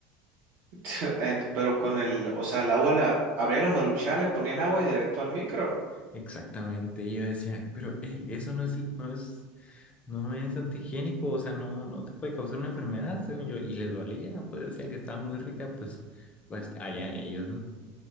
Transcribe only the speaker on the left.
Exactamente. Y yo decía, pero, hey, eso no es, no es. No es antihigiénico, o sea, no, no te puede causar una enfermedad, según yo. Y les valía, pues decían que estaba muy rica, pues, pues allá ellos, ¿no?